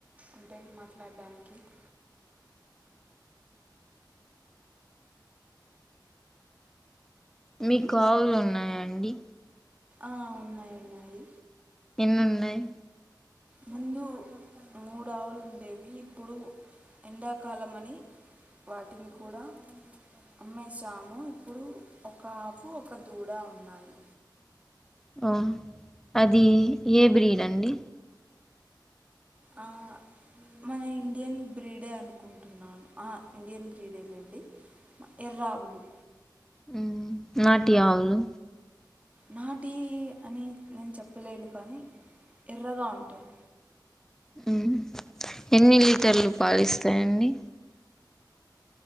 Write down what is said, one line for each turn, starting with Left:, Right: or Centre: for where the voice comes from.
Right: అంటం మాట్లాడ్డానికి <inaudible>
Centre: మీక్క్
Right: ఉమ్,
Centre: ఆవులున్నాయ అండి
Right: ఆ ఉన్నాయ్ ఉన్నాయి.
Centre: ఎన్నున్నాయ్.
Right: ముందు మూడావులుండేవి ఇప్పుడు ఎండాకాలమని వాటిని కూడా అమ్మేశాము ఇప్పుడు ఒక ఆవు ఒక దూడ ఉన్నాయి.
Centre: ఒ అది ఏ బ్రీడండి.
Right: ఆ మన ఇండియన్ బ్రీడే అనుకుంటున్నాను అహా ఇండియన్ బ్రీడే లేండి ఎర్రావులు.
Centre: ఉమ్ నాటీ ఆవులు.
Right: నాటీ అని నేన్ చెప్పలేను కాని ఎర్రగా ఉంటాయ్.
Centre: ఉమ్ ఎన్ని లీటర్లు పాలిస్తాయండి.